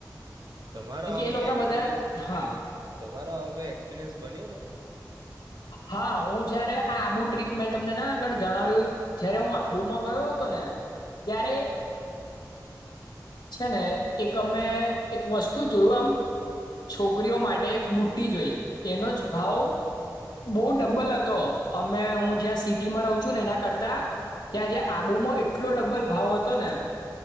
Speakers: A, on the right; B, on the left.
A: તમારો આવો
B: એ
A: કોઈ
B: લોકો
A: એક્સપિરિયન્સ
B: બધા હા
A: તમારો આવો કોઈ એક્સપિરિયન્સ બન્યો છે.
B: હા ઉ જયારે આ આબુ ટ્રીપ મેં તમને ના આગળ જણાવ્યું જયારે હું આબુમાં ગયો હતો ને ત્યારે છે ને એક અમે એક વસ્તુ જોયું આમ છોકરીઓ માટે એક બુટ્ટી જોઈ એનો જ ભાવ બો ડબલ હતો અમે હું જ્યાં સિટીમાં રહ છું ને એના કર તા ત્યાં જ્યા આબુમાં એટલો ડબલ ભાવ હતો ને